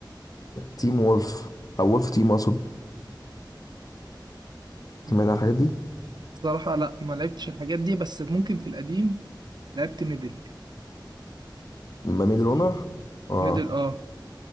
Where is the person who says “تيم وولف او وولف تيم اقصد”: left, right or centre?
Left